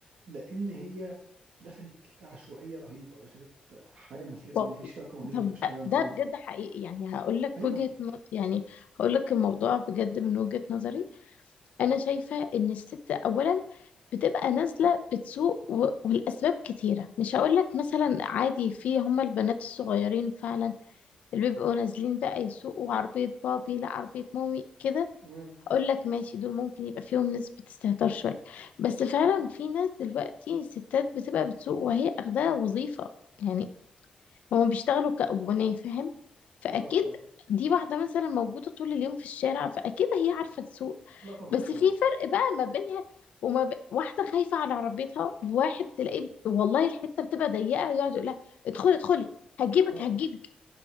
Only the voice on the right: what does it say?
لان هي دخلت عشوائيه رهيبه ودخلت حاجه ما في ما
فيش فيها قوانين ما
فيش فيها نظام
ايوه
امم
اه اه
لا طبعا
طبعا
اه اه